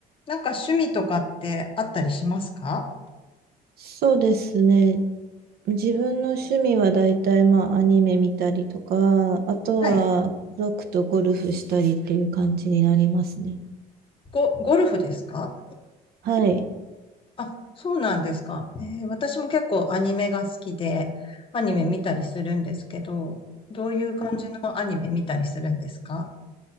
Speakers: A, on the left; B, on the right.
A: なんか趣味とかってあったりしますか
B: そうですね。自分の趣味は大体まあアニメ見たりとか、あとは家族とゴルフしたりっていう感じになりますね。
A: はい。ゴ、ゴルフですか
B: はい。
A: あ、そうなんですか。えー私も結構アニメが好きで、アニメ見たりするんですけど、どういう感じのアニメ見たりするんですか